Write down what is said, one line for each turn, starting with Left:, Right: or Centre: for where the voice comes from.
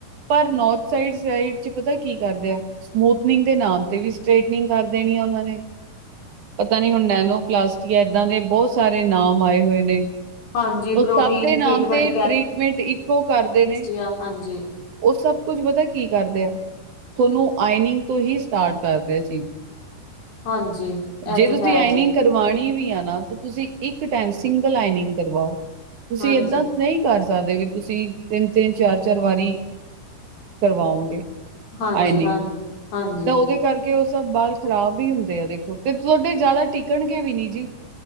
Right: ਪਰ ਨੋਰਥ ਸਾਈਡ-ਸਾਈਡ ਚ ਪਤਾ ਕੀ ਕਰਦੇ ਆ। ਸਮੂਥਨਿੰਗ ਦੇ ਨਾਮ ਤੇ ਵੀ। ਸਟ੍ਰੇਟਨਿੰਗ ਕਰ ਦੇਣੀ ਆ ਓਨਾ ਨੇ। ਪਤਾ ਨੀ ਹੁਣ ਨੈਨੋ ਕਲਾਸਟੀ ਏਦਾਂ ਦੇ ਬਹੁਤ ਸਾਰੇ ਨਾਮ ਆਏ ਹੋਏ ਨੇ।
Left: ਹਾਂਜੀ
Right: ਉਹ
Left: ਪ੍ਰੋਟੀਨ
Right: ਸਭ ਦੇ ਨਾਮ
Left: ਟ੍ਰੀਟਮੈਂਟ
Right: ਤੇ ਟ੍ਰੀਟਮੈਂਟ ਇਕੋ ਕਰਦੇ ਨੇ।
Left: ਕਿਆ ਹਾਂਜੀ।
Right: ਉਹ ਸਭ ਕੁਛ ਪਤਾ ਕੀ ਕਰਦੇ ਆ, ਤੁਹਾਨੂੰ ਆਇਨਿੰਗ ਤੋਂ ਹੀ ਸਟਾਰਟ ਕਰਦੇ ਆ ਜੀ।
Left: ਹਾਂਜੀ। ਇਹ
Right: ਜੇ
Left: ਤੇ
Right: ਤੁਸੀਂ
Left: ਹੈ
Right: ਆਈਨਿੰਗ
Left: ਜੀ
Right: ਕਰਵਾਣੀ ਵੀ ਆ ਨਾ ਤਾਂ ਤੁਸੀਂ ਇੱਕ ਟਾਈਮ ਸਿੰਗਲ ਆਈਨਿੰਗ ਕਰਵਾਓ। ਤੁਸੀਂ
Left: ਹਾਂਜੀ
Right: ਏਦਾਂ ਨਈ। ਕਰ ਸਕਦੇ ਵੀ ਤੁਸੀਂ ਤਿੰਨ-ਤਿੰਨ ਚਾਰ-ਚਾਰ ਵਾਰੀ ਕਰਵਾਓਗੇ।
Left: ਹਾਂਜੀ
Right: ਆਇਨਿਗ,
Left: ਹਾਂਜੀ ਹਾਂਜੀ
Right: ਤਾਂ ਉਹਦੇ ਕਰਕੇ ਉਹ ਸਭ ਵਾਲ ਖ਼ਰਾਬ ਵੀ ਹੁੰਦੇ ਆ। ਤੇ ਤੁਹਾਡੇ ਜਿਆਦਾ ਟਿਕਣਗੇ ਵੀ ਨੀ ਜੀ